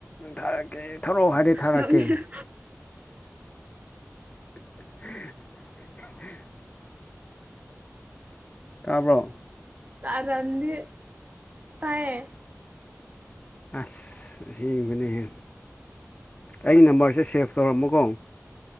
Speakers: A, on the left; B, on the right.
A: ꯊꯥꯔꯛꯀꯦ ꯊꯧꯔꯛꯑꯣ ꯍꯥꯏꯗꯤ ꯊꯥꯔꯛꯀꯦ
B: ꯅꯣꯛꯅꯤꯡ
A: <unintelligible> ꯇꯥꯕ꯭ꯔꯣ
B: ꯀꯔꯟꯗꯤ ꯇꯥꯏꯌꯦ
A: ꯑꯁ ꯑꯁꯦꯡꯕꯅꯦꯍꯦ ꯑꯩ ꯅꯝꯕꯔꯁꯦ ꯁꯦꯞ ꯇꯧꯔꯝꯃꯨꯀꯣ